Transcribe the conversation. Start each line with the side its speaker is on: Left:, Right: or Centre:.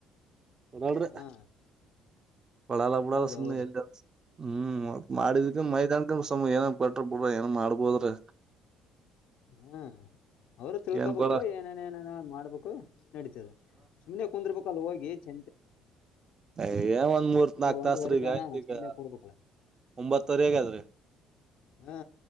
Right: ನಡಾವ್ರ
Left: ಹಾ
Right: ಕೂಡಾಲ ಬಿಡಾಲ
Left: ಹೌದ್
Right: ಸುಮ್ಮನೆ
Left: ಹೌದ್ರಿ
Right: ಎಲ್ಲ ಹ್ಮ್ ಮಾಡಿದಕ್ಕೆ ಮೈದಾನಕ ಏನ ಕಟ್ರ ಬಿಡ್ರ ಏನ್ ಮಾಡ್ಬೋದ್ರ
Left: ಹ್ಮ್ ಅವರು ತಿಳ್ಕೋಬೇಕು
Right: ಏನ್ ಕೊಡ
Left: ಏನೇನ ಏನೇನ ಮಾಡ್ಬೇಕು ನಡೀತದೆ ಸುಮ್ಮ್ನೆ ಕುಂದರ್ಬೇಕ ಅ ಹೋಗಿ ಚ
Right: ಅಯ ಏ ಒಂದ್ ಮೂರ್ತ್
Left: ಒಂದು
Right: ನಾಕ್
Left: ಒಂದುವರೆ
Right: ತಾಸ್ರೀ ಈಗ
Left: ತನ
Right: ಆಯ್ತು ಈಗ
Left: ಸುಮ್ನೆ ಕೂಡ್ಬೇಕಲ್ಲ
Right: ಒಂಬತ್ತರೆ ಹೇಗಾದ್ರಿ
Left: ಹಾ